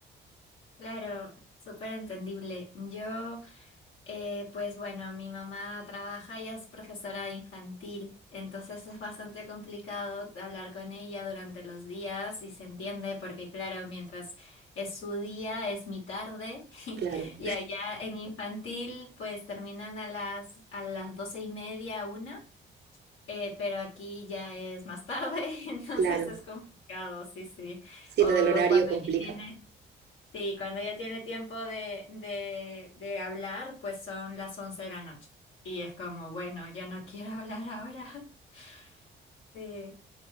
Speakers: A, on the left; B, on the right.
A: Claro, súper entendible. Yo... Eh, pues bueno, mi mamá trabaja y es profesora de infantil, entonces es bastante complicado hablar con ella durante los días y se entiende porque claro, mientras es su día es mi tarde <laughs>
B: Claro,
A: y allá en infantil pues terminan a las a las doce y media, una, eh, pero aquí ya es más tarde, <laughs> entonces
B: claro.
A: es complicado, sí, sí.
B: Sí,
A: O
B: lo del horario
A: cuando
B: complica.
A: ella tiene Sí, cuando ya tiene tiempo de, de, de hablar, pues son las 11 de la noche. Y es como, bueno, ya no quiero hablar ahora. <laughs> Sí,